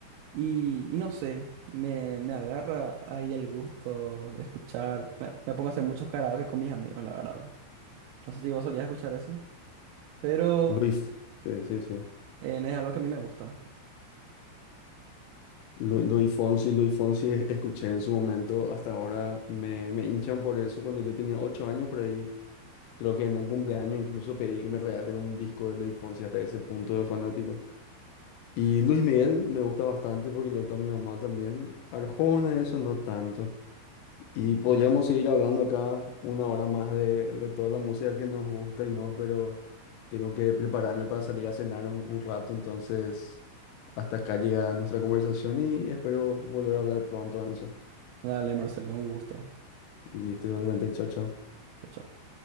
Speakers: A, on the right; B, on the left.
A: Y, y no sé, me, me agarra ahí el gusto de escuchar. Me, me pongo a hacer muchos karaoke con mis amigos, la verdad. No sé si vos solías escuchar eso, pero
B: Luis, sí, sí, sí.
A: eh, es algo que a mí me gusta.
B: Lu- Luis Fonsi, Luis Fonsi, eh, escuché en su momento, hasta ahora me, me hinchan por eso. Cuando yo tenía ocho años, por ahí, creo que en un cumpleaños incluso pedí que me regalen un disco de Luis Fonsi, hasta ese punto de fanático. Y Luis Miguel me gusta bastante porque le gusta a mi mamá también. Arjona, eso no tanto. Y podríamos seguir hablando acá una hora más de, de toda la música que nos gusta y no, pero tengo que prepararme para salir a cenar un, un rato, entonces hasta acá llega nuestra conversación y espero volver a hablar pronto, Enzo.
A: Dale, Marcelo, un gusto.
B: Listo, igualmente, chao, chao.
A: Chao.